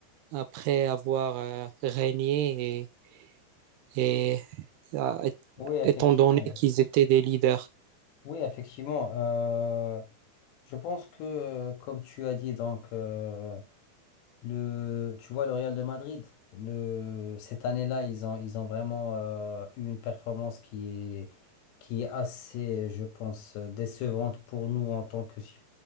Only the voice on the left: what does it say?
Oui, effectivement.
Oui, effectivement. Euh, je pense que, euh, comme tu as dit, donc. euh, Le, tu vois, le Real de Madrid, le, cette année-là, ils ont, ils ont vraiment euh, eu une performance qui est, qui est assez, je pense, décevante pour nous en tant que su-